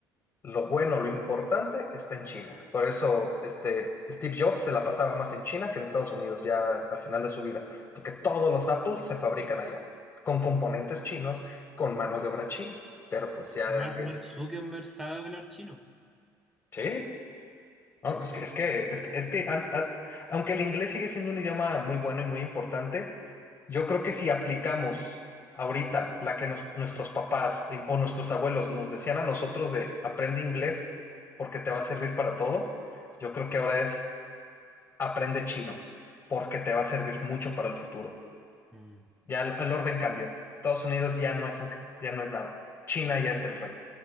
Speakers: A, on the left (about 30°); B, in the centre.
A: Lo bueno, lo importante está en China. Por eso, este, Steve Jobs se la pasaba más en China que en Estados Unidos, ya al final de su vida, porque todos los Apples se fabrican allá, con componentes chinos, con mano de obra china. Pero pues ya
B: Mar-
A: que...
B: Mark Zuckerberg sabe hablar chino.
A: Sí. No,
B: Sí,
A: no,
B: sí.
A: es que, es que, es que, es que an- a- aunque el inglés sigue siendo un idioma muy bueno y muy importante, yo creo que si aplicamos ahorita la que nos- nuestros papás y- o nuestros abuelos nos decían a nosotros de aprende inglés porque te va a servir para todo, yo creo que ahora es aprende chino porque te va a servir mucho para el futuro.
B: Mm.
A: Ya el, el orden cambió. Estados Unidos ya no es un, ya no es nada. China ya es el rey.